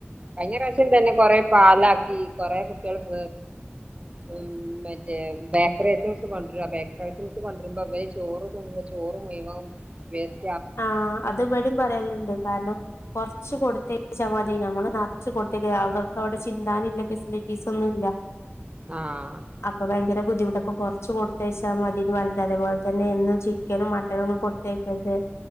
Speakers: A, on the right; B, on the left.
A: കഴിഞ്ഞ പ്രാവശ്യം തന്നെ കൊറെ പാലാക്കി കൊറെ കുട്ട്യേൾക് മ് മറ്റേ ബേക്കറി ഐറ്റസ് കൊണ്ടരു ബേക്കറി. ഐറ്റംസ് കൊണ്ടരുമ്പോ. വര് ചോറ് തിന്നു ചോറ് <unintelligible>
B: ആ അത് വടിം പറയല്ണ്ട് കാരണം. കുറച്ച് കൊടുത്തേച്ചാൽ മതി. ഞമ്മള് നറച്ച് കൊടുത്തേക്ക അവർക്ക് അവിടെ ചിന്താനില്ല. ഫെസിലിറ്റീസൊന്നുല്ല.
A: ആഹ്
B: അപ്പൊ ഭയങ്കര ബുദ്ധിമുട്ട അപ്പൊ കൊറച്ച് കൊടുത്തയച്ചാൽ മതിന്ന്. പറഞ്ഞണ്ട അത് പോലെ തന്നെ എന്നും ചിക്കനും, മട്ടനും, ഒന്നും കൊടുത്തേക്കര്ത്.